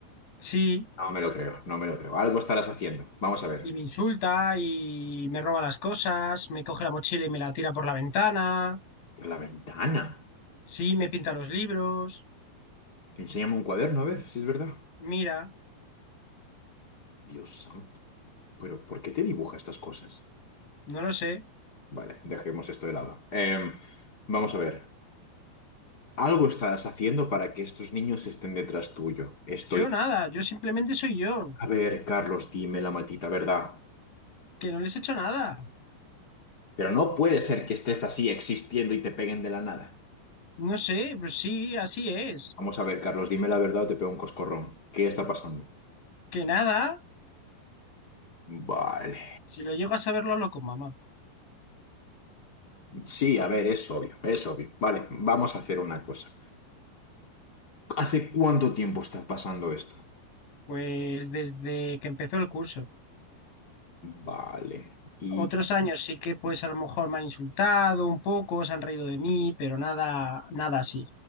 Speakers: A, on the left; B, on the left.
A: Sí.
B: No me lo creo, no me lo creo. Algo estarás haciendo. Vamos a ver,
A: y me insulta y me roba las cosas, me coge la mochila y me la tira por la ventana,
B: por la ventana.
A: sí, me pinta los libros,
B: Enséñame un cuaderno, a ver si es verdad.
A: mira,
B: Dios santo, pero ¿por qué te dibuja estas cosas?
A: no lo sé.
B: Vale, dejemos esto de lado. Em, vamos a ver, algo estarás haciendo para que estos niños estén detrás tuyo. Estoy
A: Yo nada, yo simplemente soy yo,
B: A ver, Carlos, dime la maldita verdad.
A: que no les he hecho nada.
B: Pero no puede ser que estés así existiendo y te peguen de la nada.
A: No sé, pues sí, así es.
B: Vamos a ver, Carlos, dime la verdad o te pego un coscorrón. ¿Qué está pasando?
A: Que nada,
B: Vale.
A: si lo llego a saber, lo hablo con mamá.
B: Sí, a ver, es obvio, es obvio. Vale, vamos a hacer una cosa. ¿Hace cuánto tiempo está pasando esto?
A: Pues desde que empezó el curso.
B: Vale. Y
A: Otros años sí que pues a lo mejor me han insultado un poco, se han reído de mí, pero nada, nada así.